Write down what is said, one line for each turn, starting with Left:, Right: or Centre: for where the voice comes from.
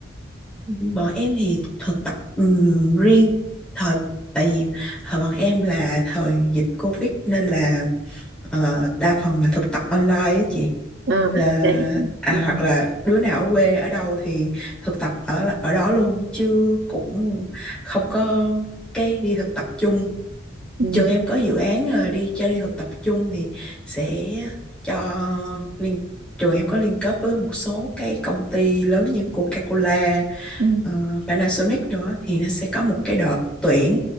Centre: bọn em thì thực tập ừm, riêng thời tại vì thời bọn em là thời dịch Covid nên là ờ, đa phần là thực tập online á chị
Right: ừ.
Centre: là
Right: để-
Centre: à,
Right: ừ.
Centre: hoặc là đứa nào ở quê ở đâu thì thực tập ở ở đó luôn chứ cũng không có cái đi thực tập chung
Right: Ừ.
Centre: trường em có dự án ờ, đi cho đi thực tập chung thì sẽ cho liên trường em có liên kết với một số cái công ty lớn như Coca-Cola
Right: Ừ.
Centre: ờ, Panasonic nữa thì nó sẽ có một cái đợt tuyển